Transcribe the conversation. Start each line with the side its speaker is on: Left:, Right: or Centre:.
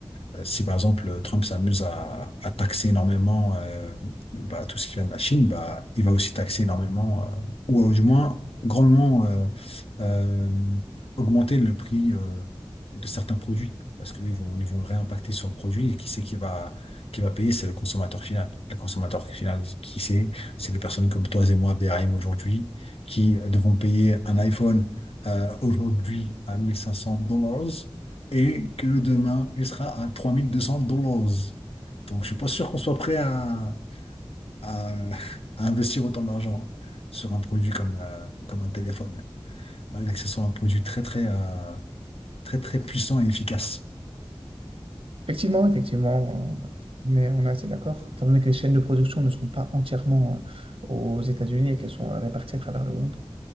Left: Euh, Si par exemple Trump s'amuse à, à taxer énormément euh, bah, tout ce qui vient de la Chine, bah, il va aussi taxer énormément, euh, ou euh, du moins grandement euh, euh, augmenter le prix euh, de certains produits, parce qu'ils vont, ils vont le réimpacter sur le produit et qui c'est qui va, qui va payer, c'est le consommateur final. Le consommateur final, qui c'est? C'est les personnes comme toi et moi, BRM aujourd'hui, qui devons payer un iPhone euh, aujourd'hui à 1500 dollars et que demain, il sera à 3200 dollars. Donc, je suis pas sûr qu'on soit prêt à, à- <laughs> à investir autant d'argent sur un produit comme, euh, comme un téléphone, malgré que ce soit un produit très, très, euh, très, très puissant et efficace.
Right: Effectivement, effectivement, euh, on est, on est assez d'accord. Étant donné que les chaînes de production ne sont pas entièrement euh, aux États-Unis et qu'elles sont euh, réparties à travers le monde,